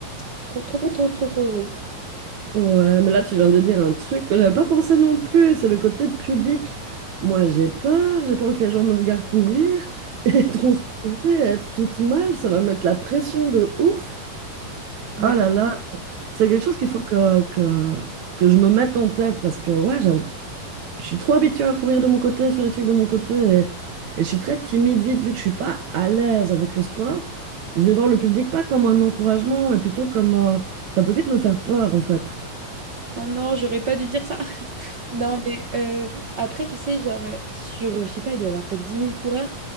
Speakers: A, on the right; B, on the right.
A: je suis trop, trop, trop, trop, trop, trop heureuse.
B: Ouais, mais là, tu viens de dire un truc que j'avais pas pensé non plus, c'est le côté public. Moi, j'ai peur, j'ai pas envie que les gens me regardent courir, <laughs> et transpirer, être toute mal, ça va mettre la pression de ouf.
A: Bah,
B: Oh là là, c'est quelque chose qu'il faut que, que, que je me mette en tête, parce que ouais, j'avais Je suis trop habituée à courir de mon côté, faire des trucs de mon côté. Et, et je suis très timide vite, vu que je suis pas à l'aise avec le sport. Je vais voir le public pas comme un encouragement, mais plutôt comme... euh, ça peut vite me faire peur, en fait.
A: maintenant, j'aurais pas dû dire ça. Non, mais euh, après, tu sais, genre, euh, sur, euh, je sais pas, il doit y avoir peut-être dix mille coureurs.